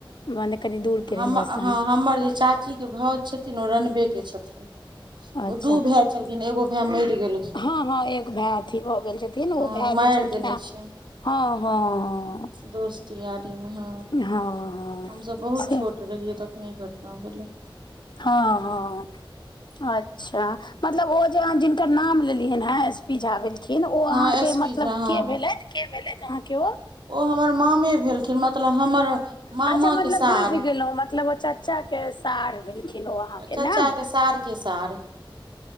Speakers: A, on the left; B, on the right.
A: बन कनि दूर के
B: हम
A: रिलेशन
B: हँ हमर जे चाचीके भाउज छथिन ओ रनबेके छथिन
A: अच्छा
B: ओ दू भाय छलखिन एगो भाय मरि गेल
A: हँ हँ एक भाय अथी भऽ गेल छथिन ओ
B: हँ
A: भए
B: मारि
A: जे छलखिन
B: देने
A: ह
B: छै
A: हँ हँ हँ
B: दोस्त यारीमे ह
A: हँ
B: हमसब बहुत
A: से
B: छोट रहियै तखनी घटना भेलै
A: हँ हँ अच्छा मतलब ओ जे जिनकर नाम लेलियै ह एस पी झा भेल किन ओ
B: हँ
A: अहाँके
B: एस पी
A: मतलब
B: झा हँ
A: के भेलथि के भेलथि अहाँ के ओ
B: ओ हमर मामे भेलखिन मतलब हमर मामा
A: अच्छा मतलब
B: के सार
A: बुझि गेलो मतलब ओ चाचा के सार भेलखिन ओ अहाँके
B: चचा
A: ने
B: के सार के सार